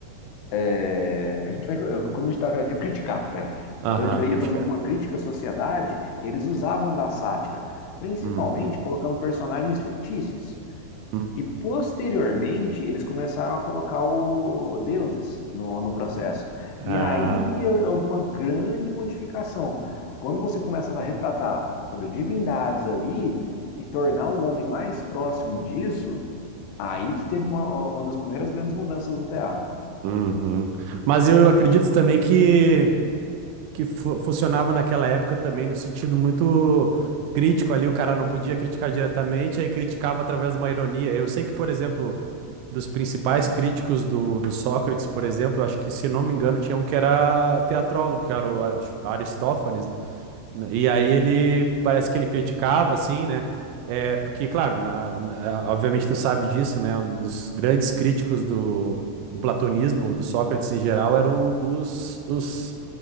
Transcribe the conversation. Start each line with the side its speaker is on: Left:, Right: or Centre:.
Left: é, a gente vai, quando a gente está querendo criticar, é.
Right: Aham,
Left: Quando a gente
Right: criticar.
Left: ia fazer alguma crítica à sociedade, eles usavam da sátira, principalmente
Right: Uhum.
Left: colocando personagens fictícios.
Right: Hum.
Left: E posteriormente, eles começaram a colocar o deuses no, no processo.
Right: Ah,
Left: E aí que houve uma grande modificação. Quando você começa a retratar sobre divindades ali e tornar o homem mais próximo disso, aí que teve uma, uma das primeiras grandes mudanças no teatro.
Right: uhum. Mas eu acredito também que que fu- funcionava naquela época também no sentido muito crítico ali, o cara não podia criticar diretamente, aí criticava através de uma ironia. Eu sei que, por exemplo, dos principais críticos do, do Sócrates, por exemplo, acho que, se não me engano, tinha um que era teatrólogo, que era o Ar- Aristófanes, né? E aí ele, parece que ele criticava, assim, né? É, porque, claro, na, na- obviamente tu sabe disso, né? Um dos grandes críticos do, do platonismo, do Sócrates em geral, eram os, os